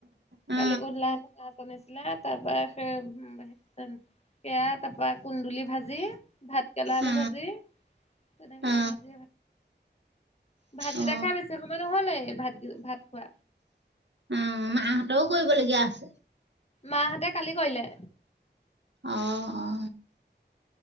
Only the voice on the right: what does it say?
অ
অ
অ
অ
উম, মাহঁতও কৰিব লগীয়া আছে।
অঁ অঁ।